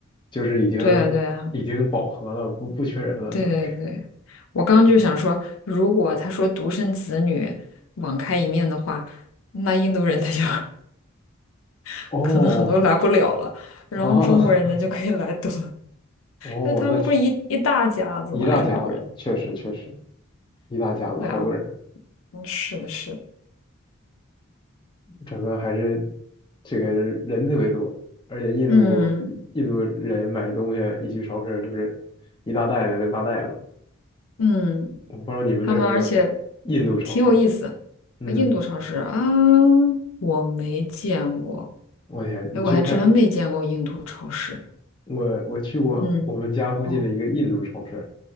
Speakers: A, on the left; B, on the left.
A: 就是已经已经饱和了，
B: 对啊对啊。
A: 不不缺人了，
B: 对对对，
A: 可能是。
B: 我刚刚就想说，
A: 嗯
B: 如果他说独生子女网开一面的话，那印度人他就 <laughs>
A: 哦
B: 可能很多来不了了，然后中国人呢就可以来多，
A: 哦 <laughs> 哦，
B: 那他们不是一一大家子嘛，
A: 那确。一大家子，
B: 印度人。
A: 确实确实一大家子，
B: 对啊，
A: 好多人，
B: 嗯，是的，是的，
A: 整个还是这个人特别多，而且印度印度人买东西一去超市就是一大袋子一大袋子，
B: 嗯嗯，
A: 我不知道你们那儿有没有印度超市？
B: 他们而且挺有意思，
A: 嗯，
B: 印度超市啊，我没见过，
A: 我天，
B: 哎，
A: 你去看
B: 我还真没见过印度超市。
A: 我我去过我们家附近的一个印度超市，
B: 嗯，哦，